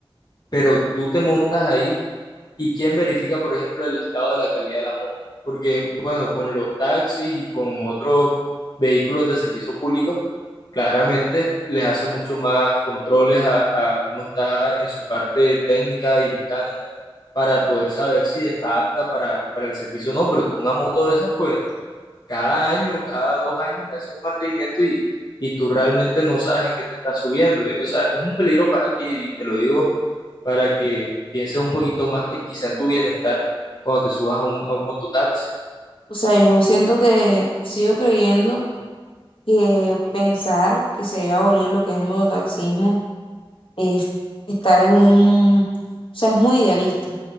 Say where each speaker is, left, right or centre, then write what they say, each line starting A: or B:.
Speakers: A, on the left; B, on the left.
A: pero tú te montas ahí y quién verifica, por ejemplo, el estado de la calidad de la moto, porque bueno, con los taxis y con otros vehículos de servicio público, claramente les hace mucho más controles a, a cómo está en su parte técnica y mecánica para poder saber si está apta para, para el servicio o no, pero tú una moto de esas, pues cada año, cada dos años le haces un mantenimiento y, y tú realmente no sabes en qué te estás subiendo. O sea, es un peligro para ti y te lo digo para que pienses un poquito más te- quizá en tu bienestar cuando te subas a un, a un mototaxi.
B: O sea, yo siento que sigo creyendo que pensar que se debe abolir lo que es el mototaxismo es estar en un, o sea, es muy idealista,